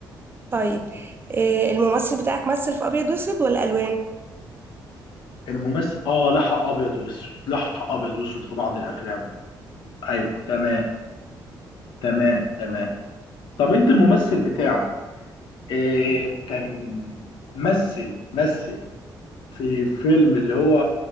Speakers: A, on the right; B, on the left.
A: طيب آه، الممثل بتاعك مثل في ابيض واسود ولا الوان
B: الممثل اه لحق ابيض واسود لحق ابيض واسود في بعض الافلام ايوه تمام تمام تمام طب انت الممثل بتاعك إيه كان مثل مثل في فيلم اللي هو